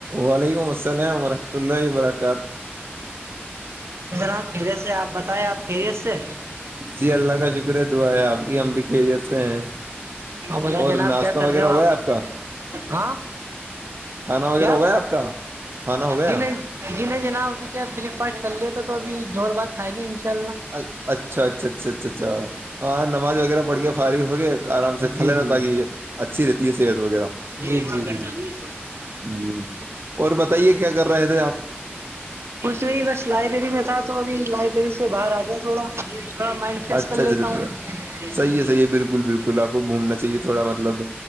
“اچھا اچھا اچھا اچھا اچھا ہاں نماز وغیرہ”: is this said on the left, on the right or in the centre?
Right